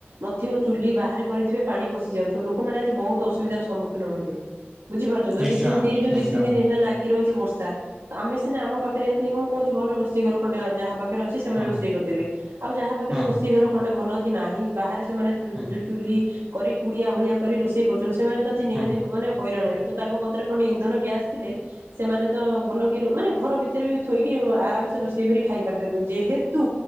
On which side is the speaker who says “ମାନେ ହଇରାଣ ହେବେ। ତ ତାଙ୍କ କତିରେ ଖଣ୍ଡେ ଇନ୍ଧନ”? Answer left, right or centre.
Right